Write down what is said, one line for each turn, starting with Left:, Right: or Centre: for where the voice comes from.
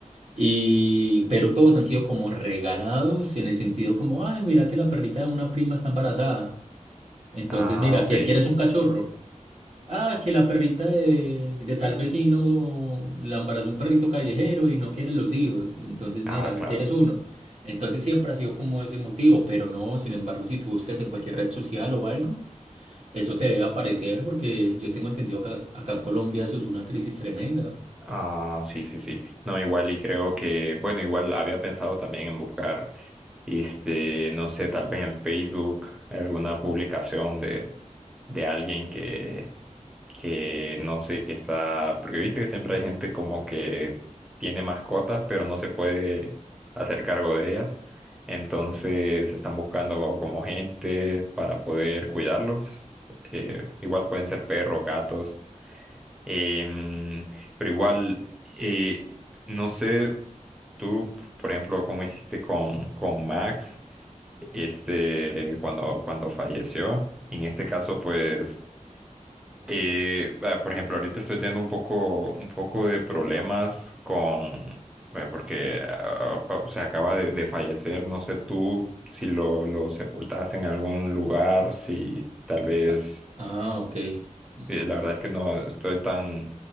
Right: Y, pero todos han sido como regalados en el sentido como, ay, mira que la perrita de una prima está embarazada. Entonces,
Centre: Ah,
Right: mira,
Centre: ok.
Right: ¿quie- ¿quieres un cachorro? Ah, que la perrita de, de tal vecino la embarazó un perrito callejero y no quieren los hijos. Entonces,
Centre: Ah,
Right: mira,
Centre: claro.
Right: quieres uno. Entonces siempre ha sido como ese motivo, pero no, sin embargo, si tú buscas en cualquier red social o algo, eso te debe aparecer porque yo tengo entendido que acá acá en Colombia eso es una crisis tremenda.
Centre: Ah, sí, sí, sí. No, igual y creo que, bueno, igual había pensado también en buscar, este, no sé, tal vez en Facebook alguna publicación de, de alguien que, que no sé, que está, porque viste que siempre hay gente como que tiene mascotas, pero no se puede hacer cargo de ellas. Entonces están buscando como gente para poder cuidarlos. Eh, igual pueden ser perros, gatos. Em, pero igual, eh, no sé, tú, por ejemplo, cómo hiciste con, con Max, este, cuando, cuando falleció. En este caso, pues, eh, ah, por ejemplo, ahorita estoy teniendo un poco, un poco de problemas con, eh, porque, ah, ah, o sea, acaba de, de fallecer. No sé tú si lo, lo sepultaste en algún lugar, si tal vez
Right: Ah, ah, ok.
Centre: y
Right: S-
Centre: la verdad es que no estoy tan,